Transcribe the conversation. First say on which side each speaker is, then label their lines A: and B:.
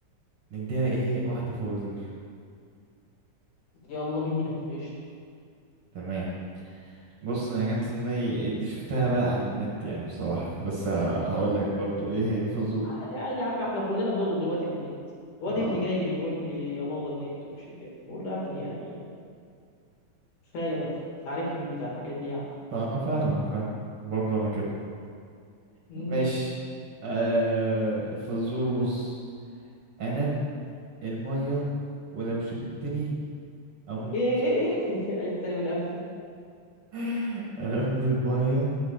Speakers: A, on the right (about 45°); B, on the left (about 70°).
A: نديها ايه واحدة فوازير
B: يلا بينا قشطة
A: تمام بص انا جت في دماغي دي شفتها بقى على النت يعني بصراحة بس هقول لك برضو ايه هي الفزور
B: عادي عادي يا عم احنا كلنا بنلقط دلوقتي من النت الواد
A: اه
B: ابني جاي بيقول لي يا بابا النت ومش النت بقول له يا ابني يعني كفاية بقى انت عارفني مش بتاع الحاجات دي يعني
A: فأنا فاهمك فاهم برضه أنا كده
B: مم.
A: ماشي آه الفزور بص أنا ابن المية ولو شربتني أموت
B: ايه ايه ايه <laughs> عيد تاني من الأول
A: <laughs> أنا ابن المية